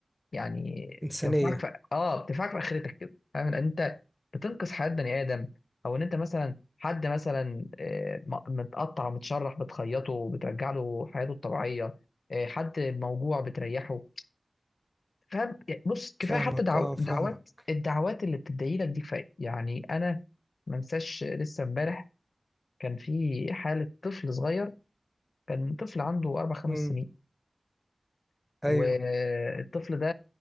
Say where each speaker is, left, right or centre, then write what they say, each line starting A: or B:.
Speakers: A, on the left; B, in the centre.
A: يعني
B: إنسانية
A: تنفعك في اه بتنفعك في اخرتك كده فاهم ان انت بتنقذ حياه بني ادم او ان انت مثلا حد مثلا آه، م- متقطع ومتشرح بتخيطه وبترجع له حياته الطبيعيه آه، حد موجوع بتريحه فاهم يعني بص كفايه
B: فاهمك
A: حتى دعو...
B: اه فاهمك
A: دعوات الدعوات اللي بتدعي لك دي كفايه يعني انا ما انساش لسه امبارح كان في حاله طفل صغير كان طفل عنده اربع خمس
B: امم
A: سنين والطفل
B: أيوه
A: ده